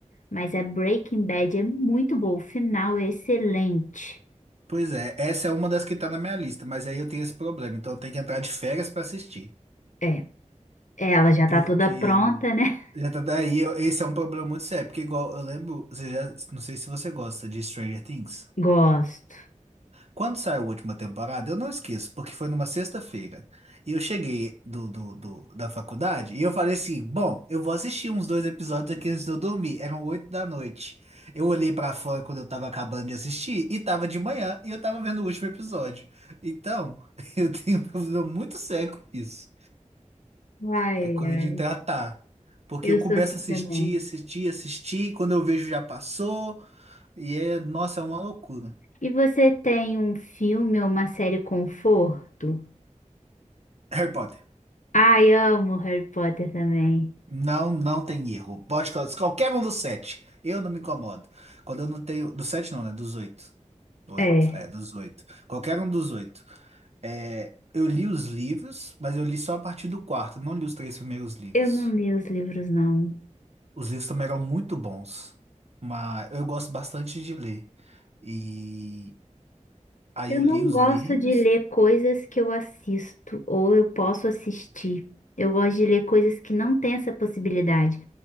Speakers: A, on the left; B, on the right.
A: mas a Breaking Bad é muito boa. O final é excelente.
B: Pois é, essa é uma das que tá na minha lista, mas aí eu tenho esse problema, então eu tenho que entrar de férias pra assistir.
A: É, ela já
B: Porque
A: tá toda pronta, né?
B: já tá daí, eu- esse é um problema muito sério, porque igual eu lembro, você já, não sei se você gosta de Stranger Things.
A: <laughs> Gosto.
B: Quando saiu a última temporada, eu não esqueço, porque foi numa sexta-feira. E eu cheguei do, do, do- da faculdade e eu falei assim: bom, eu vou assistir uns dois episódios aqui antes de eu dormir. Eram oito da noite. Eu olhei pra fora quando eu tava acabando de assistir e tava de manhã e eu tava vendo o último episódio. Então, <laughs> eu tenho um problema muito sério com isso.
A: Ai,
B: É coisa
A: ai,
B: de tratar. Porque
A: eu
B: eu começo
A: sou assim
B: a assistir,
A: também.
B: assistir, assistir, quando eu vejo já passou. E é, nossa, é uma loucura.
A: E você tem um filme ou uma série conforto?
B: Harry Potter.
A: Ai, amo Harry Potter também.
B: Não, não tem erro. Pode colocar qualquer um dos sete. Eu não me incomodo. Quando eu não tenho. Dos sete não, né? Dos oito. Oito.
A: É,
B: É, dos oito. Qualquer um dos oito. É, eu li os livros, mas eu li só a partir do quarto. Não li os três primeiros livros.
A: eu não li os livros, não.
B: Os livros também eram muito bons. Mas eu gosto bastante de ler. E aí
A: Eu
B: eu
A: não
B: li os
A: gosto
B: livros.
A: de ler coisas que eu assisto ou eu posso assistir. Eu gosto de ler coisas que não têm essa possibilidade,